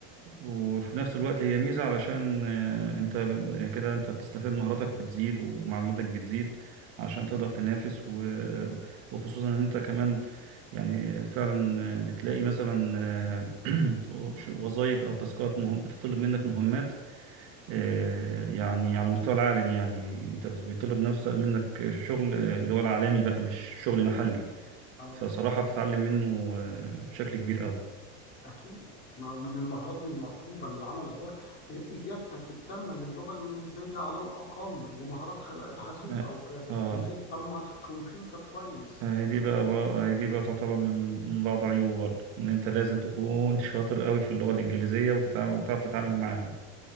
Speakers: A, on the right; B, on the left.
A: وفي نفس الوقت هي ميزة علشان آه، انت ب- يعني كده انت بتستفاد مهاراتك بتزيد ومعلوماتك بتزيد علشان تقدر تنافس و- وخصوصا ان انت كمان يعني آه، فعلا آه، بتلاقي مثلا آه، <clears throat> وظائف او تاسكات مهم بتطلب منك مهمات آه، يعني على مستوى العالم يعني انت بيطلب نفسك منك شغل آه، اللي هو العالمي بقى مش شغل محلي
B: أه
A: فصراحة بتتعلم منه آه، بشكل كبير قوي
B: أكيد ما هو من المهارات المطلوبة للعمل الحر إ- إجابتك التامة للغة الإنجليزية على الأقل ومهارات ح- الحاسوب
A: اه
B: أو ك-
A: آه.
B: كيفية التعامل مع الكمبيوتر كويس
A: آه، دي بقى, بقى آه، دي بقى تعتبر من من بعض عيوبه برضه ان انت لازم تكون شاطر قوي في اللغة الإنجليزية وتتعامل وتعرف تتعامل معاها